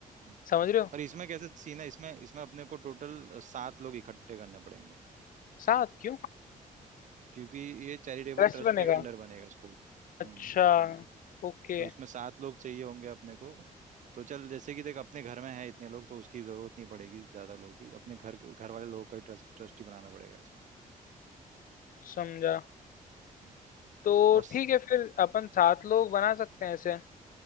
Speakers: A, on the right; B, on the left.
A: हम्म।
B: समझ रहे हो
A: पर इसमें कैसे सीन है इसमें इसमें अपने को टोटल सात लोग इकट्ठे करने पड़ेंगे
B: साथ क्यों
A: क्योंकि ये चैरिटेबल
B: ट्रस्ट
A: ट्रस्ट
B: बनेगा
A: के अंडर बनेगा स्कूल
B: अच्छा
A: हम्म
B: ओके
A: तो इसमें सात लोग चाहिए होंगे अपने को तो चल जैसे कि देख अपने घर में है इतने लोग तो उसकी जरूरत नहीं पड़ेगी ज्यादा लोगों की अपने घर घर वाले लोगों का ही ट्रस्ट ट्रस्टी बनाना पड़ेगा इसमें
B: समझा
A: हम्म।
B: तो
A: तो अस-
B: ठीक है फिर अपन सात लोग बना सकते हैं ऐसे